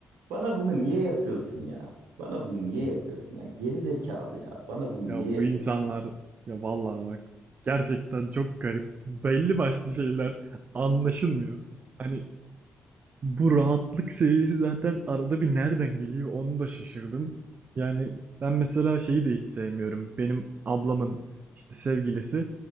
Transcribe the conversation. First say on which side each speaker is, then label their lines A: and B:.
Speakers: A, on the right; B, on the right.
A: bana bunu niye yapıyorsun ya? Bana bunu niye yapıyorsun ya? Geri zekalı ya. Bana bunu
B: Ya
A: niye yapıyorsun
B: bu insanlar
A: ya?
B: ya vallahi bak gerçekten çok garip. Belli başlı şeyler anlaşılmıyor. Hani Bu rahatlık seviyesi zaten arada bir nereden geliyor onu da şaşırdım. Yani ben mesela şeyi de hiç sevmiyorum. Benim ablamın işte sevgilisi.